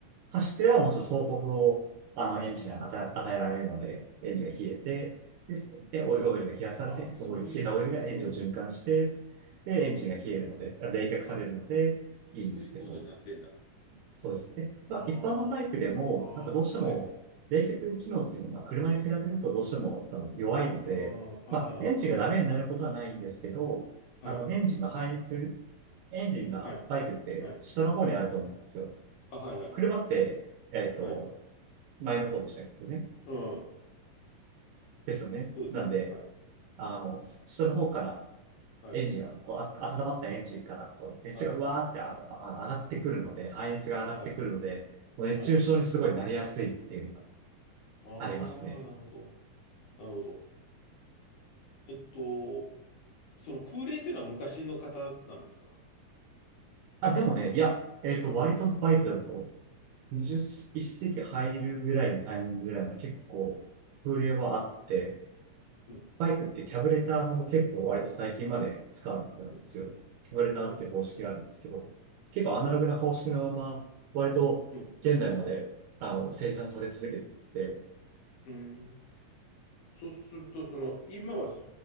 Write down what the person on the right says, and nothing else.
走ってればもうちょっと総国を、あの、エンジンに与え、与えられるので、エンジンが冷えて、で、でオイオイルが冷やされて、
そこに冷えたオイルがエンジンを循環して、で、
エンジンが冷えるので、冷却されるので、
いいんですけど、
そうですね。まあ、
一般のバイクでも、
なんかどうしても、
冷却機能っていうのは、車に比べるとどうしてもあの弱いので、
まあ、
エンジンがダメになることはないんですけど、
あの、
エンジンの排熱、エンジンがバイクって下の方にあると思うんですよ。
車って、
えっと、
前の方でしたけどね。
ですよね。
なんで、
あの、下の方から
エンジンが、こう、あ温まったエンジンから、こう、熱がうわーってあああ上がってくるので、
排熱が上がってくるので、
もう熱中症にすごいなりやすいっていうのが
ありますね。
あ、でもね、いや、えっと、割とバイクだと、21世紀入るぐらいのタイミングぐらいまで結構、
風量はあって、
バイクってキャブレターも結構割と最近まで使われてたんですよ。
キャブレターっていう方式があるんですけど、
結構アナログな方式のまま、
割と現代まで、
あの、生産され続けてて、